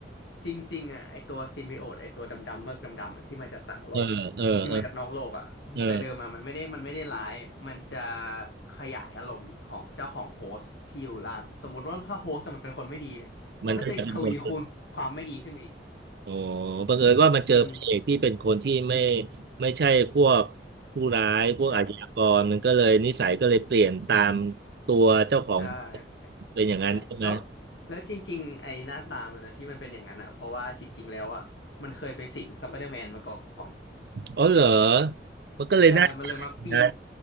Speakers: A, on the left; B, on the right.
A: จริงๆอ่ะไอตัวซิมบิโอตไอตัวดำๆเมือกดำๆอะที่มาจากต่างโลกอ่ะที่มาจากนอกโลกอ่ะแต่เดิมอ่ะมันไม่ได้มันไม่ได้ร้ายมันจะ
B: เออเออเออเออ
A: ขยายอารมณ์ของเจ้าของโฮสต์ที่อยู่ล่างสมมุติว่าถ้าโฮสต์มันเป็นคนไม่ดีเนี่ยมันก็จะทวีคูณความไม่ดีขึ้นมาอีก
B: มันก็จะเป็นคน อ๋อบังเอิญว่ามันเจอพระเอกที่เป็นคนที่ไม่
A: อืม
B: ไม่ใช่พวกผู้ร้ายพวกอาชญากรมันก็เลยนิสัยก็เลยเปลี่ยนตาม
A: ใช่
B: ตัวเจ้าของ
A: ใช่
B: เป็นอย่างนั้นใช่ไหม
A: ใช่แล้วแล้วจริงๆไอหน้าตามันนะที่มันเป็นอย่างนั้นอ่ะเพราะว่าจริงๆแล้วอ่ะมันเคยไปสิงสไปเดอร์แมนมาก่อน
B: อ๋อเหรอมันก็เลยน่า
A: ใช่ มันเลยมาปีน
B: นะ